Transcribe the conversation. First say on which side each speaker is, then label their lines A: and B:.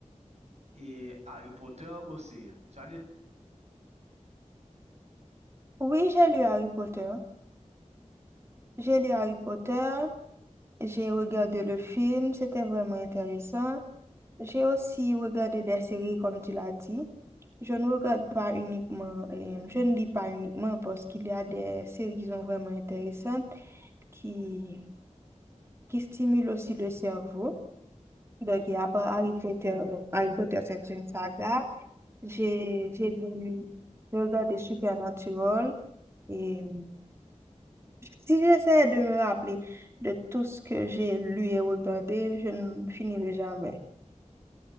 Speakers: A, on the right; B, on the right.
A: et Harry Potter aussi. Ça dit-
B: Oui, j'ai lu Harry Potter. J'ai lu Harry Potter. J'ai regardé le film, c'était vraiment intéressant. J'ai aussi regardé des séries, comme tu l'as dit. Je ne regarde pas uniquement, euh, je ne lis pas uniquement parce qu'il y a des séries qui sont vraiment intéressantes qui, qui stimulent aussi le cerveau. Donc, il y a pas Harry Potter. Donc, Harry Potter, c'est une saga. J'ai, j'ai lu, j'ai regardé Supernatural et Si j'essaie de me rappeler de tout ce que j'ai lu et regardé, je ne finirai jamais.